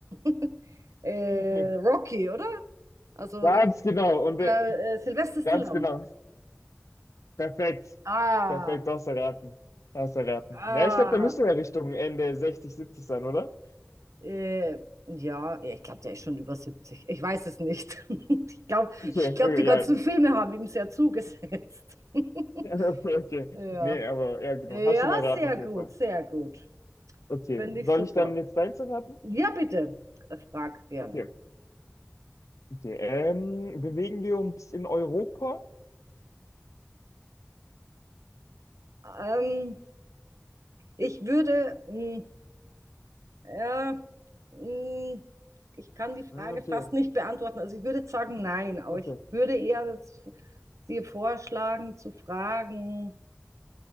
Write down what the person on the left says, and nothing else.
<laughs>
Ganz
genau. Und äh,
ganz genau. Perfekt.
Perfekt, du hast erraten. Du hast erraten.
Ja, ich glaube, da müsste ja Richtung Ende 60, 70 sein, oder?
Okay,
okay,
ja. <laughs>
Okay, okay.
Nee, aber ja, genau.
Hast schon erraten
auf
jeden Fall.
Okay.
Soll
ich dann jetzt deins erraten?
Okay. Okay, ähm, bewegen wir uns in Europa?
Hm, Okay,
okay,